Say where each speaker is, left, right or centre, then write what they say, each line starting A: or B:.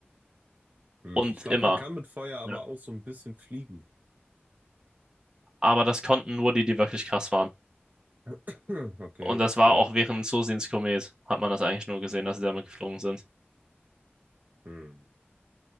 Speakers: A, on the right; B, on the right.
A: Hm,
B: Und
A: ich glaube,
B: immer.
A: man kann mit Feuer aber
B: Ja.
A: auch so ein bisschen fliegen.
B: Aber das konnten nur die, die wirklich krass waren.
A: <clears throat> Okay,
B: Und das war
A: fair.
B: auch während Sosins Komet, hat man das eigentlich nur gesehen, dass sie damit geflogen sind.
A: Hm.